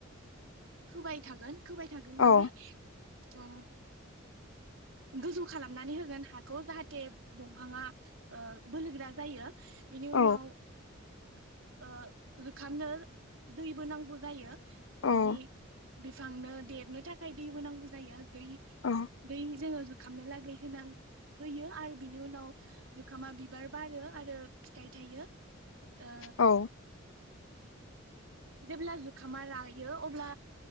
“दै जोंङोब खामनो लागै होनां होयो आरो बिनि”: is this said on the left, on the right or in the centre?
Right